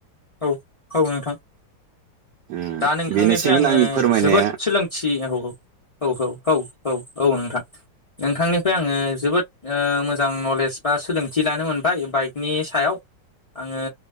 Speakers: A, on the left (about 50°); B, on the right (about 70°).
A: औ औ औ नोंथां
B: उम
A: दा नोंथांनिफ्राय
B: बेनोसैमोन
A: आङो
B: आंनि फोरमायनाया
A: जोबोद सोलोंथि औ औ औ औ औ औ औ नोंथां नोंथांनिफ्राय आङो जोबोद ओ मोजां मोजां नलेज बा सोलोंथि लानो मोनबाय बाइकनि सायाव आं दा आङो